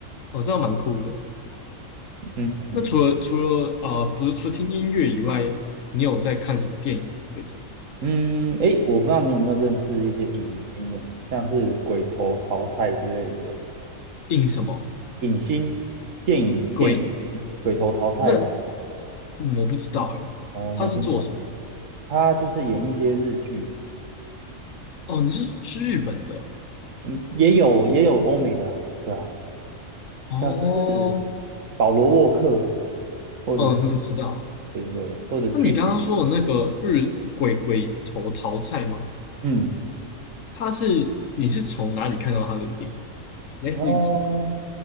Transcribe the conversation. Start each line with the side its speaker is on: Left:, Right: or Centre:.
Left: 哦，这样蛮酷的。
Right: 嗯嗯
Left: 那除了除了呃，不是除了听音乐以外，你有在看什么电影吗？最近？
Right: 嗯，诶，我不知道你有没有认识一些影星呢，像是鬼头桃菜之类的
Left: 印什么
Right: 影星，电影电影鬼头桃菜，
Left: 鬼？那嗯，我不知道哎，
Right: 哦，没听过，
Left: 他是做什么？
Right: 他就是演一些日剧，
Left: 哦，你是是日本的
Right: 嗯，也有也有欧美的啊，对啊，
Left: 哦，
Right: 像是保罗沃克，或者是
Left: 哦，那知道了
Right: 对对对，或者巨石强森，
Left: 那你刚刚说的那个日鬼鬼头桃菜吗？
Right: 嗯，
Left: 他是你是从哪里看到他的电影？Netflix
Right: 哦，
Left: 吗？